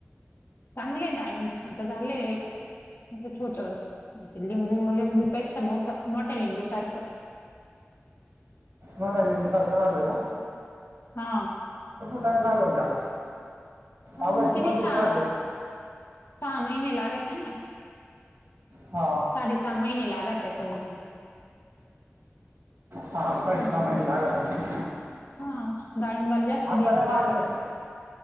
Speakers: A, on the left; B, on the right.
A: चांगले डाळींब आता झालेय अस छोट लिंबू लिंबूपेक्षा मोठ मोठ्या लिंबू सारखं.
B: मोठा निंबू सार त झाल या
A: हा
B: टाईम लागल त्याला
A: हा
B: ऑगस्ट
A: म किती
B: मध्येच
A: सां
B: राहतील
A: पणी नही लागतते ना
B: हा
A: साडे सहा माहिने लागते गतु..
B: हा साडेसहा
A: हम्म
B: महिने लागत आहे
A: हा डाळिंबाला जास्त
B: आता
A: दिवस
B: रे मार्केट
A: लागत